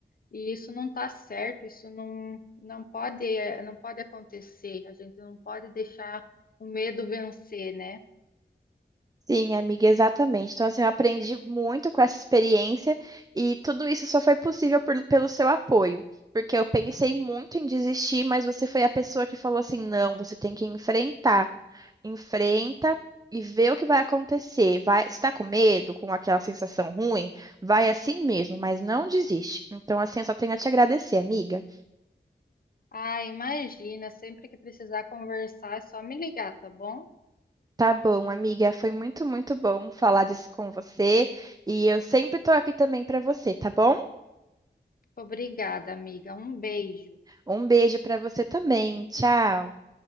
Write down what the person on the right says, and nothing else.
Sim, amiga, exatamente. Então, assim, eu aprendi muito com essa experiência e tudo isso só foi possível por- pelo seu apoio. Porque eu pensei muito em desistir, mas você foi a pessoa que falou assim: não, você tem que enfrentar. enfrenta e vê o que vai acontecer. Vai, se tá com medo, com aquela sensação ruim, vai assim mesmo, mas não desiste. Então, assim, eu só tenho a te agradecer, amiga.
Tá bom, amiga, foi muito, muito bom falar disso com você e eu sempre tô aqui também pra você, tá bom?
Um beijo pra você também. Tchau.